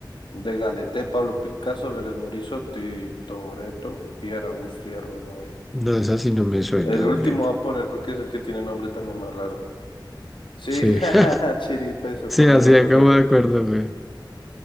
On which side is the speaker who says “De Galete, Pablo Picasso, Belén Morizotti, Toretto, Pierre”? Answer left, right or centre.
Left